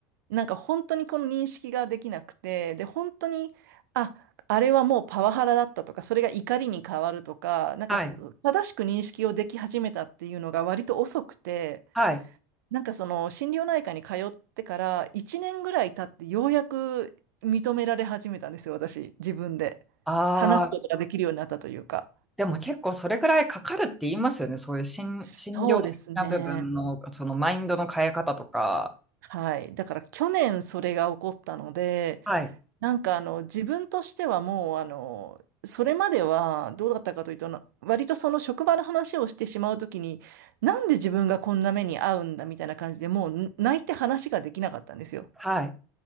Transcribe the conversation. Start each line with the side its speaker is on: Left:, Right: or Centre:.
Right: なんか本当にこの認識ができなくて、で、本当に、あ、あれはもうパワハラだったとか、それが怒りに変わるとか、なんかす正しく認識をでき始めたっていうのが割と遅くて、
Centre: はい、はい。
Right: なんかその心療内科に通ってから1年ぐらい経ってようやく認められ始めたんですよ、私、自分で。
Centre: ああ、
Right: 話すことができるようになったというか。
Centre: でも結構それくらいかかるって言いますよね。そういう心、
Right: そうですね。
Centre: 心療的な部分の、そのマインドの変え方とか。
Right: はい。だから去年それが起こったので、
Centre: はい、
Right: なんかあの自分としてはもうあのそれまではどうだったかというとな割とその職場の話をしてしまうときになんで自分がこんな目に遭うんだみたいな感じでもうん泣いて話ができなかったんですよ。
Centre: はい、